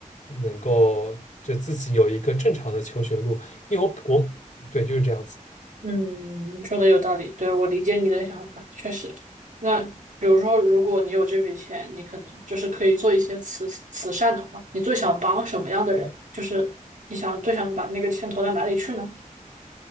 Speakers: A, on the left (about 65°); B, on the right (about 70°).
A: 能够就自己有一个正常的求学路。因为我我对就是这样子，
B: 嗯，你说的有道理，对，我理解你的想法，确实。那比如说，如果你有这笔钱，你可能就是可以做一些慈慈善的话，你最想帮什么样的人呢？就是你想最想把那个钱投到哪里去呢？<laughs>